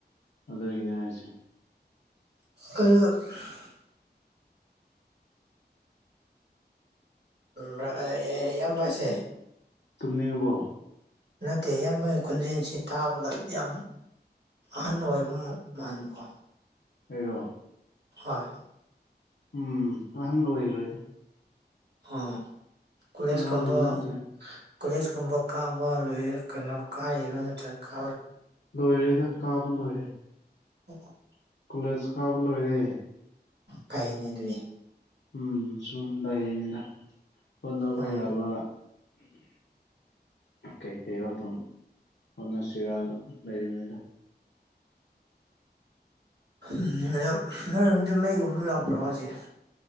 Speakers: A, on the left; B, on the right.
A: ꯑꯗꯨꯏꯅꯦ ꯍꯥꯏꯁꯦ
B: <unintelligible> ꯕ꯭ꯔ ꯏꯌꯥꯝꯕꯁꯦ
A: ꯇꯨꯝꯅꯤꯡꯉꯕꯣ
B: ꯅꯠꯇꯦ ꯏꯌꯥꯝꯕ ꯈꯣꯟꯖꯦꯜꯁꯤ ꯇꯕꯒ ꯌꯥꯝ ꯑꯍꯟ ꯑꯣꯏꯕ ꯃꯥꯟꯕꯀꯣ
A: ꯑꯩꯔꯣ
B: ꯍꯣꯏ
A: ꯎꯝ <unintelligible>
B: ꯍꯥ ꯀꯣꯂꯦꯁ
A: ꯑꯉꯥꯡꯗꯤ
B: ꯀꯨꯝꯕ
A: ꯅꯠꯇ꯭ꯔꯦ
B: ꯀꯣꯂꯦꯖ ꯀꯨꯝꯕ ꯀꯥꯕ ꯂꯣꯏꯔꯦ ꯀꯩꯅꯣ ꯀꯥꯔꯤꯔꯣ ꯅꯠꯇ꯭ꯔ ꯀꯥ
A: ꯂꯣꯏꯔꯦꯗ ꯀꯥꯕ ꯂꯣꯏꯌꯦ
B: ꯑꯣ
A: ꯀꯣꯂꯦꯖ ꯀꯥꯕ ꯂꯣꯏꯔꯦ
B: ꯐꯩꯅꯦ ꯑꯗꯨꯗꯤ
A: ꯎꯝ ꯁꯨꯝ ꯂꯩꯔꯤꯅꯤꯗ ꯍꯣꯠꯅꯕ
B: ꯑꯣ
A: ꯌꯥꯕ ꯀꯩꯀꯩꯔꯣ ꯑꯗꯨꯝ ꯍꯣꯠꯅꯁꯤꯔꯅ ꯂꯩꯕꯅꯤꯗ
B: ꯎꯝ ꯅꯦꯝ ꯅꯣꯏꯔꯣꯝꯗ ꯃꯩꯒꯨꯝꯕ ꯂꯥꯛꯄ꯭ꯔꯣ ꯍꯧꯖꯤꯛ